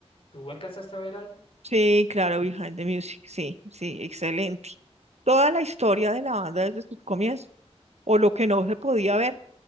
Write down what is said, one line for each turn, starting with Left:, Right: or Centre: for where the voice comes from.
Left: ¿Tú alcanzaste a ver algo?
Right: sí, claro, Behind the Music. Sí, sí, excelente. Toda la historia de la banda desde sus comienzos, o lo que no se podía ver